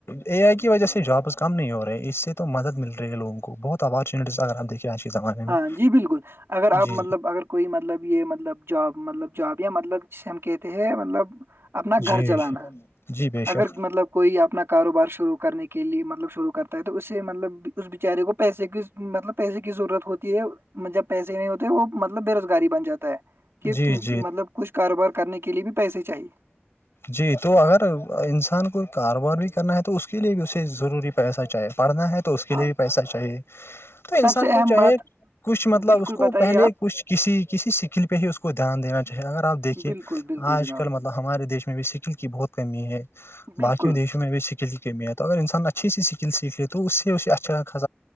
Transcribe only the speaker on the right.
ہاں جی بالکل اگر آپ
مطلب اگر کوئی مطلب یہ مطلب جاب مطلب جاب یا مطلب جسے ہم کہتے ہیں مطلب اپنا گھر
چلانا
اگر
مطلب کوئی اپنا کاروبار شروع کرنے کے لیے مطلب شروع کرتا ہے تو اس سے مطلب اس بچارے کو پیسے کی مطلب پیسے کی ضرورت ہوتی ہے جب پیسے نہیں ہوتے وہ مطلب بے روزگاری بن جاتا ہے کہ
مطلب کچھ کاروبار کرنے کے لیے بھی پیسے چاہیے
ہاں
سب سے
اہم
بات
بالکل
بتائیے
آپ
بالکل بالکل
جناب
بالکل